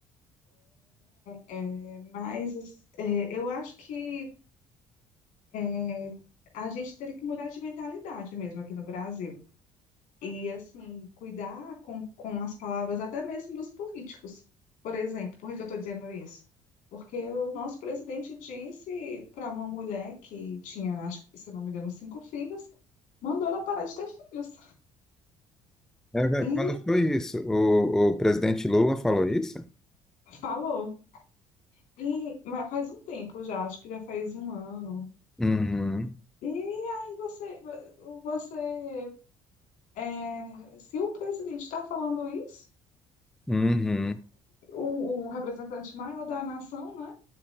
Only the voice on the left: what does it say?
É, é, mas é, eu acho que é, a gente teria que mudar de mentalidade mesmo aqui no Brasil. E, assim, cuidar com, com as palavras até mesmo dos políticos. Por exemplo, por que que eu estou dizendo isso? Porque o nosso presidente disse para uma mulher que tinha, acho que, se eu não me engano, cinco filhos, mandou ela parar de ter filhos.
E
falou. E, mas faz um tempo já, acho que já faz um ano.
E aí você, você, é, se o presidente está falando isso,
o, o representante maior da nação, né?